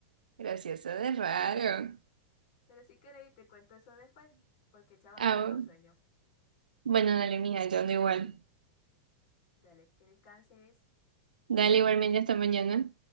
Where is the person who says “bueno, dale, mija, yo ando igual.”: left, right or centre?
Right